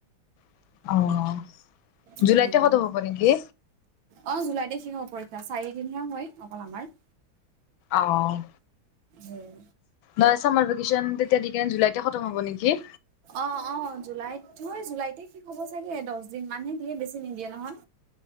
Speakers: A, on the left; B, on the right.
A: অ'
B: উম,
A: জুলাইতে খতম হ'ব নেকি?
B: অ' জুলাইতে শেষ হ'ব পৰীক্ষা। এ চাৰিদিন হয় অকল আমাৰ।
A: অ'
B: উম।
A: নহয় চামাৰ ভেকেশচন তেতিয়া দিলে কিনে জুলাইতে সতম হ'ব নেকি?
B: অ' অ' জুলাইত হয় জুলাইতে শেষ হ'ব চাগে দহ দিন মানহে দিয়ে, বেছি নিদিয়ে নহয়।